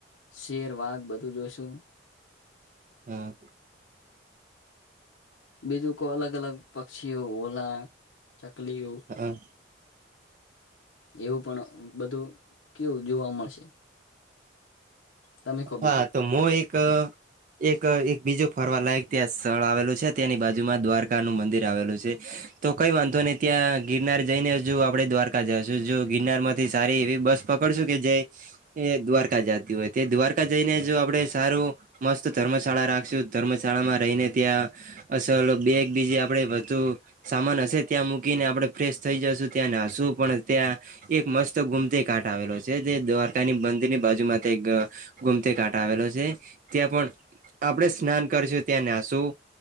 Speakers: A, on the left (about 85°); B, on the right (about 40°).
A: શેર વાઘ બધું જોઈશું.
B: હા.
A: બીજુ કો અલગ અલગ પક્ષીઓ હોલા ચકલીઓ
B: હા
A: એવું પણ બધું કેવું જોવા મળશે. તમે કહો
B: હા
A: બીજું
B: તો મો એક એક એક બીજો ફરવા લાયક ત્યાં સ્થળ આવેલું છે. તેની બાજુમાં દ્વારકા નું મંદિર આવેલું છે. તો કઈ વાંધો નઈ ત્યાં ગિરનાર જઈ ને જો આપડે દ્વારકા જશું જો ગિરનાર માં થી સારી એવી બસ પકડશું કે જ એ દ્વારકા જતી હોય તે દ્વારકા જઈને જો આપડે સારું મસ્ત ધર્મશાળા રાખશું ધર્મશાળામાં રહીને ત્યાં અસલ બે એકબીજી આપણેે વધુ સામાન હશે ત્યાં મૂકીને આપડણે ફ્રેશ થઈ જશું ત્યાંને હશુ પણ ત્યાં એક મસ્ત ગુમતે કા આવેલો છે જે દ્વારકાની મંદિર ની બાજુ માં ત્યાં એક ગુમતી કાંઠ આવેલો છે ત્યાં પણ આપડે સ્નાન કરીશું ત્યાં નાસું